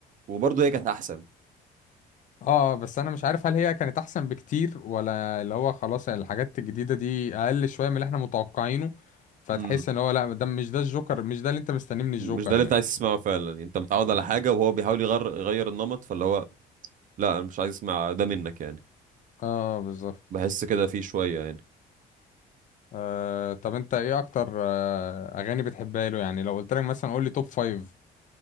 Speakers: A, on the right; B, on the left.
A: وبرضه هي كانت احسن
B: اه بس انا مش عارف هل هي كانت احسن بكتير ولا اللي هو خلاص الحاجات الجديدة دي اقل شوية من اللي احنا متوقعينه فتحس
A: امم
B: ان هو لا ده مش ده الجوكر مش ده اللي انت مستنيه من الجوكر
A: مش ده اللي
B: يعني
A: انت عايز تسمعه فعلا يعني انت متعود على حاجه وهو بيحاول يغير يغير النمط فاللي هو لا انا مش عايز اسمع ده منك يعني
B: اه بالظبط
A: بحس كده فيه شويه يعني
B: آه طب انت ايه اكتر آه اغاني بتحبها له يعني لو قلت لك مثلا قول لي توب فايف